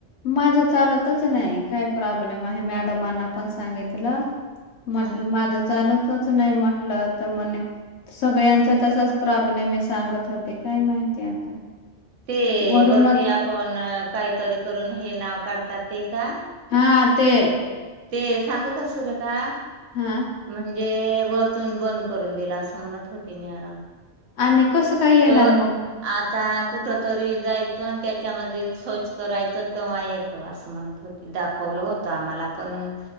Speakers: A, on the left (about 65°); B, on the right (about 80°).
A: माझं चालतच नाही काय प्रॉब्लेम आहे मॅडमांना पण सांगितलं. म्हटलं
B: हा.
A: माझं चालतच नाही म्हटलं तर म्हणे सगळ्यांचा तसाच प्रॉब्लेम आहे सांगत होती काय माहिती आता.
B: ते
A: वरूनच
B: वरती आपण काहीतरी करून हे नाव काढतात ते का?
A: हा ते.
B: ते सांगू का सुरेखा.
A: हा
B: म्हणजे वरतून बंद करून दिला असं म्हणत म्हणत होती मॅडम.
A: आणि कसं. काय येणार
B: त.
A: मग
B: आता कुठ तरी जायचं आणि त्याच्यामध्ये सर्च करायचं तेव्हा येतं असं म्हणत होते. दाखवलं होतं आम्हाला पण